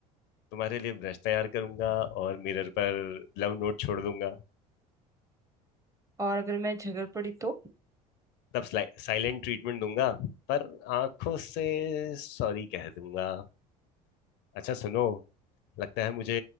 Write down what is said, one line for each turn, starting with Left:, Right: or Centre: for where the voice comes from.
Left: तुम्हारे लिए ब्रश तैयार करूंगा और मिरर पर लव नोट छोड़ दूंगा
Right: और अगर मैं झगड़ पड़ी तो
Left: तब साइलेंट ट्रीटमेंट दूंगा पर आंखों से सॉरी कह दूंगा अच्छा सुनो लगता है मुझे